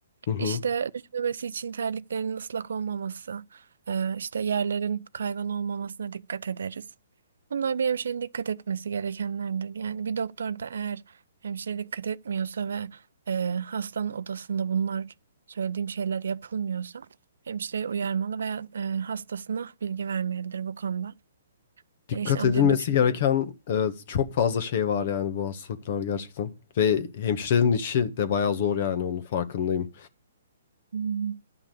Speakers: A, on the left (about 50°); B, on the right (about 75°).
A: Hı hı.
B: İşte düşmemesi için terliklerin ıslak olmaması, e, işte yerlerin kaygan olmamasına dikkat ederiz. Bunlar bir hemşirenin dikkat etmesi gerekenlerdir. Yani bir doktor da eğer hemşire dikkat etmiyorsa ve e, hastanın odasında bunlar söylediğim şeyler yapılmıyorsa hemşireyi uyarmalı veya e, hastasına bilgi vermelidir bu konuda.
A: Dikkat
B: E, işte amca
A: edilmesi
B: düşme.
A: gereken e, çok fazla şey var yani bu hastalıklar gerçekten. Ve hemşirenin işi de bayağı zor yani onun farkındayım.
B: Hmm.